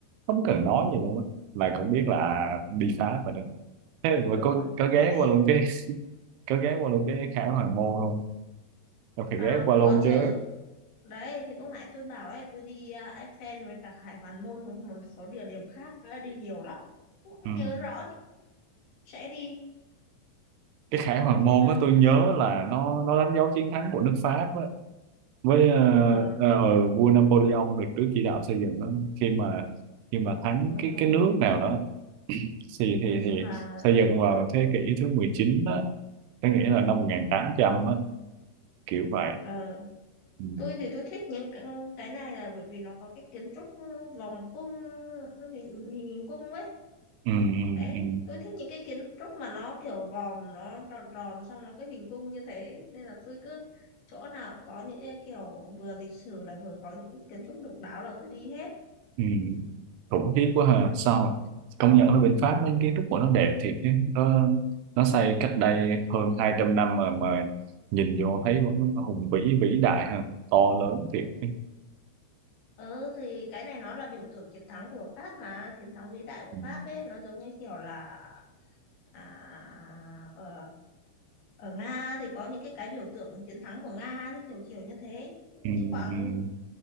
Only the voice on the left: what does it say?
Rồi,
đấy.
À,
có
chứ.
Đấy thì lúc nãy tôi bảo ấy tôi đi à, Eiffel với cả Hải Hoàn Môn với một số địa điểm khác nữa đi nhiều lắm cũng không
nhớ rõ sẽ đi
thế
bạn
ờ
đúng
rồi
nói
chung là
ờ,
tôi thì tôi thích những cái cái này là bởi vì nó có cái kiến trúc vòng cung hình hình, hình cung ấy
đấy
tôi thích những cái kiến trúc mà nó kiểu vòm nó tròn tròn xong nó cái hình cung như thế nên là tôi cứ chỗ nào có những cái kiểu vừa lịch sử lại vừa có những cái kiến trúc độc đáo là tôi đi hết
Ừ thì cái này nó là biểu tượng chiến thắng của Pháp mà chiến thắng vĩ đại của
Pháp ấy nó giống như kiểu là à, ở, ở Nga thì có những cái cái biểu tượng chiến thắng của Nga thì kiểu kiểu như thế
như quảng